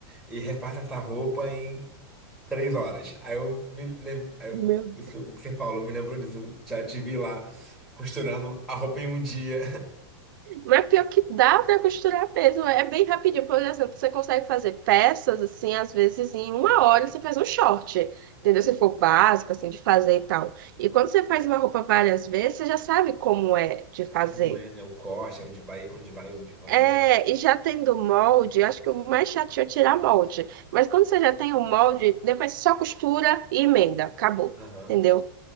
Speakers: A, in the centre; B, on the right.
A: e refaça essa roupa em três horas. Aí eu me lembro,
B: Meu
A: isso que você falou, me lembrou disso. Já te vi lá costurando a roupa em um dia.
B: Mas pior que dá pra costurar mesmo, é bem rapidinho. Por exemplo, você consegue fazer peças, assim, às vezes em uma hora você faz um short, entendeu? Se for básico, assim, de fazer e tal. E quando você faz uma roupa várias vezes, você já sabe como é
A: <laughs>
B: de fazer.
A: Sabe como é, né? O corte, é onde vai, onde vai, onde vai.
B: É, e já tendo molde, eu acho que o mais chato é tirar molde. Mas quando você já tem o molde, depois você só costura e emenda, acabou,
A: Aham.
B: entendeu?